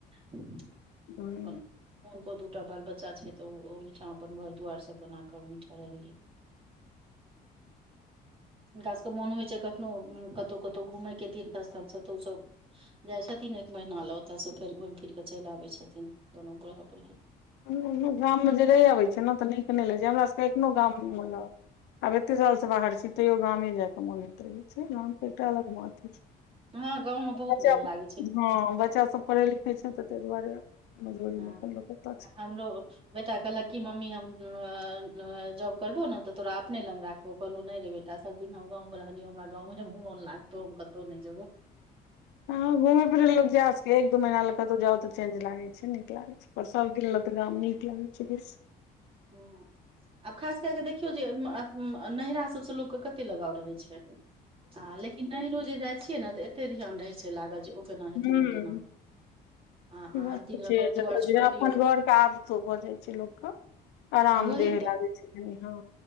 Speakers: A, on the right; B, on the left.
A: <unintelligible>
B: हूँ
A: हुनको दूटा बाल बच्चा छै तऽ ओ ओहिठाम अपन घर दुआइर सब बनाक ओहिठाम रहैय हुनका सभके मोन होइ छै कखनो कतहु कतहु घुमयके तीर्थ स्थलसँ तऽ ओसभ जाइ छथिन एक महीना लए ओतयसँ फेर घुमि फिर केऽ चलि आबै छथिन दुनू बूढ़ा बुढ़ी
B: ह गाममे जे रहि अबैत छै ने तऽ नीक नहि लै छै हमरा सभके एखनो गाम मतल आब एते साल से बाहर छी तैयो गामे जाय के मोन होइत रहे छै गाम के एकटा अलग मथ छै
A: हँ गाँव मे बहुत
B: बच्चा
A: मोन लागै छै
B: हँ बच्चासभ पढ़ै लिखै छै तऽ ताहि दुआरे <unintelligible>
A: हँ
B: <unintelligible>
A: हमरो बेटा कहलक कि मम्मी हम जॉब करबो ने तऽ तोरा अपने लग राख ओ कहलहु नहि रे बेटा सब दिन हम गाँवमे रहलिय हमरा गाँवमे मोन लागतौ हम कतहु नहि जेबो
B: हँ घूमेय फिर लोग जा सक एक दू मही ल कतहु जाउ तऽ चेंज लागे छै नीक लाग छै पररसाव किला तऽ गाम नीक लागै छै बस
A: हू आब खास कए कऽ देखियौ जे नैरा सबसँ लोकके कते लगाव रहैत छै आ लेकिन नेहरो जे जाइत छियै ने तऽ एतेक ध्यान रहैत छै लागल जे ओ केना हेथिन
B: हूँ
A: ओ केना आ
B: ई
A: अ
B: बात
A: दिन
B: तऽ
A: ल
B: छै जतऽ
A: दुआरि छोड़
B: जे अपन
A: दियऔ
B: घर के आदतो भऽ जाइ छै लोकके आरामदह
A: आ वही तऽ
B: लागै छै कनी हँ